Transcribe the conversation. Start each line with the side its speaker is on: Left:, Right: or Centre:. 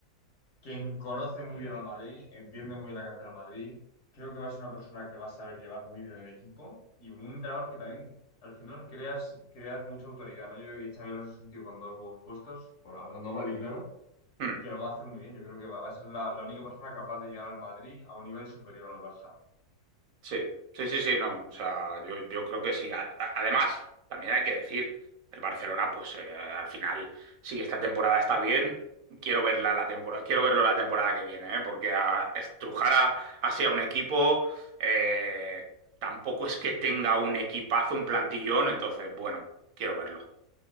Left: quien conoce muy bien al Madrid, entiende muy bien la cantera del Madrid, creo que va a ser una persona que va a saber llevar muy bien el equipo y un entrenador que también al final creas, creas mucha autoridad, ¿no? Yo creo que Xabi Alonso es un tío con dos huevos puestos, bueno, hablando mal y claro,
Right: Mm.
Left: y que lo va a hacer muy bien. Yo creo que va va a ser la, la única persona capaz de llegar al Madrid a un nivel superior al Barça.
Right: Sí, sí, sí, sí, no. O sea, yo, yo creo que sí. A- a- Además, también hay que decir, el Barcelona, pues eh, al final, sí, esta temporada está bien. Quiero verla la temporada, quiero verlo la temporada que viene, ¿eh? Porque a, estrujar a- así a un equipo eh, tampoco es que tenga
Left: Sí,
Right: un equipazo, un plantillón, entonces, bueno, quiero verlo.